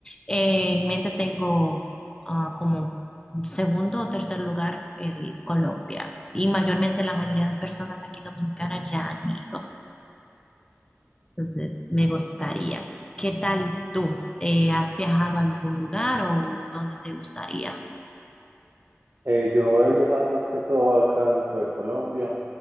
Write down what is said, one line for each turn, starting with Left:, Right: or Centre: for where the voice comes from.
Left: Eh, en mente tengo ah, como segundo o tercer lugar el Colombia. Y mayormente la mayoría de personas aquí dominicanas ya han ido. Entonces, me gustaría. ¿Qué tal tú? Eh, ¿has viajado a algún lugar o dónde te gustaría?
Right: Eh, yo he viajado más que todo acá dentro de Colombia.